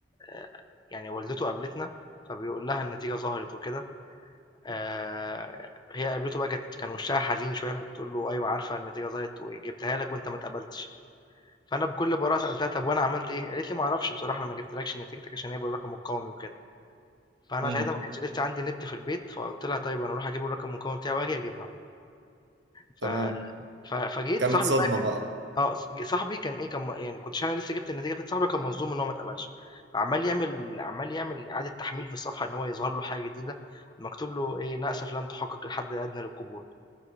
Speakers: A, on the left; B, on the right.
A: آآ يعني والدته قابلتنا، فبيقول لها النتيجة ظهرت وكده، آآ هي قابلته بقى كانت كان وشّها حزين شوية فبتقول له: "أيوه عارفة النتيجة ظهرت وجبتها لك وأنت ما اتقبلتش." فأنا بكل براءة سألتها: "طب وأنا عملت إيه؟" قالت لي: "ما أعرفش بصراحة أنا ما جبتلكش نتيجتك عشان هي بالرقم القومي وكده." فأنا
B: مم.
A: ساعتها ما كانش لسه عندي نت في البيت، فقُلت لها طيب أنا أروح أجيب الرقم المكوّن بتاعي وآجي أجيبها، ف
B: تمام
A: ف فجيت
B: كانت
A: صاحبي
B: صدمة
A: بقى كان
B: بقى
A: آه، ص صاحبي كان إيه، كان م يعني كنتش أنا لسه جِبت النتيجة بتاعة صاحبي كان مصدوم إن هو ما اتقبلش، فعمّال يعمل عمّال يعمل إعادة تحميل في الصفحة إن هو يظهر له حاجة جديدة مكتوب له إيه، "للأسف لم تحقق الحد الأدنى للقبول."